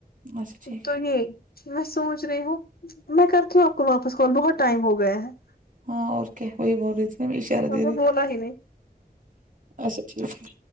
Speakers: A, on the right; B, on the left.
A: اچھا ٹھیک
B: تو
A: ہے
B: یہ میں سوچ رہی ہوں میں کرتی ہوں آپ کو واپس کال بہت ٹائم ہو گیا ہے
A: ہاں اور کیا وہی بول رہی تھی میں اشارہ
B: آپ
A: دے رہی
B: نے بولا
A: تھی
B: ہی نہیں
A: اچھا ٹھیک ہے